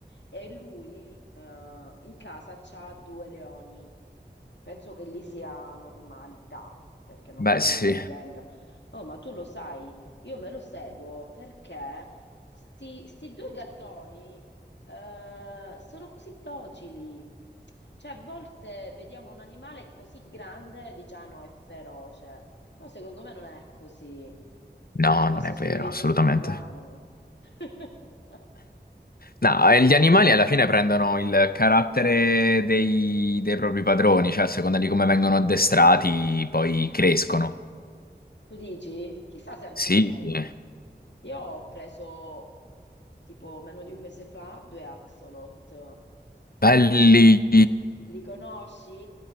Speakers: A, on the left; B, on the left.
A: E lui eh, in casa c'ha due leoni. Penso che lì sia normalità, perché non
B: Beh,
A: credo
B: sì.
A: che li tenga. Oh, ma tu lo sai, io me lo seguo perché sti, sti due gattoni eh, sono così docili. Cioè, a volte vediamo un animale così grande e diciamo, "Ah, no, è feroce. Però secondo me non è così.
B: No,
A: Cioè,
B: non
A: questo
B: è vero,
A: si diverte
B: assolutamente.
A: sul divano. <laughs>
B: No, eh, gli animali alla fine prendono il carattere dei, dei propri padroni, cioè a seconda di come vengono addestrati, poi crescono.
A: Tu dici? Chissà se anche
B: Sì,
A: i miei.
B: sì.
A: Io ho preso tipo meno di un mese fa due axolot.
B: Belli.
A: Li conosci?